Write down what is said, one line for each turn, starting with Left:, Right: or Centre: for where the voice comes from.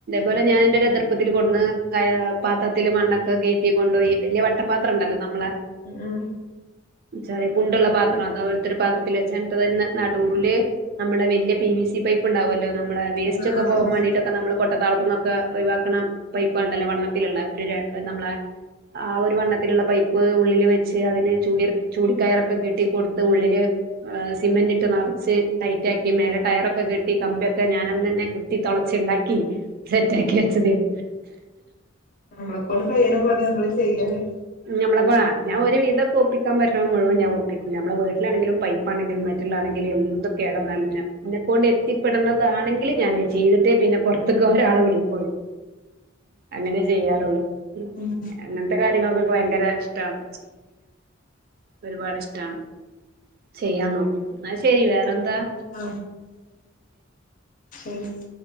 Right: അതുപോലെ ഞാൻ എന്റെ ഒരു എതിർപ്പത്തിൽ കൊന്ന് ക അ പാത്രത്തില് മണ്ണൊക്കെ കേറ്റി കൊണ്ടുപോയി വലിയ വട്ടപാത്രംണ്ട്ല്ലോ. നമ്മള്
Left: ഉം
Right: ചെറി കുണ്ടുള്ള പാത്രം അതാപലത്തൊരു പാത്രത്തില് വച്ച് <unintelligible> നടൂല് നമ്മുടെ വലിയ പി വി സി പൈപ്പ് ഉണ്ടാവു അല്ലോ നമ്മള്
Left: ഉം
Right: വേസ്റ്റ് ഒക്കെ പോവാ വേണ്ടീട്ട് ഒക്കെ നമ്മ കൊട്ട താളത്ത് നിന്നൊക്കെ ഒഴിവാക്കണ പൈപ്പ് ഉണ്ടല്ലോ വണ്ണ ത്തിലുള്ള ഒരു ര നമ്മളെ ആ ഒരു വണ്ണത്തിലുള്ള പൈപ്പ് ഉള്ളിൽ വെച്ച് അതിനെ ചൂടിർ ചൂടി കയറൊക്കെ കെട്ടികൊടുത്ത് ഉള്ളില് അ സിമെന്റ് ഇട്ട് നിറച്ച് ടൈറ്റ് ആക്കി മേലെ ടയറൊക്കെ കെട്ടി കമ്പിയൊക്കെ ഞാനൻ തന്നെ കുത്തി തുളച്ചുണ്ടാക്കി സെറ്റാക്കി വെച്ചത്. <inaudible>
Left: നമ്മളെ കൊണ്ട് കഴിയണ പോലെ നമ്മള് ചെയ്യാലേ
Right: നമ്മളെപ്പോലാ ഞാൻ ഒരുവിധക്കൊ ഒപ്പിച്ച് ന്നക്കാൻ പറ്റുന്ന മുഴുവൻ ഞാൻ ഒപ്പിക്കും നമ്മുടെ വീട്ടിലാണങ്കിലും പൈപ്പാണെങ്കിലും മറ്റിലാണെങ്കിലും എന്ത് കേടന്നാലും ഞ ന്നെ കൊണ്ട്എത്തിപ്പെടണതാണെങ്കിലും ഞാനെ ചെയ്തിട്ടേ പിന്നെ പുറത്തേക്ക് ഒരാളെ വിളിക്കുള്ളൂ അങ്ങനേ ചെയ്യാറുള്ളു.
Left: ഉം
Right: അങ്ങനത്തെ കാര്യങ്ങൾക്കൊക്കെ ഭയങ്കര ഇഷ്ടാണ്. ഒരുപാട് ഇഷ്ടാണ് ചെയ്യാൻ നോക്കും എന്നാ ശരി വേറൊന്നും
Left: ആ <inaudible>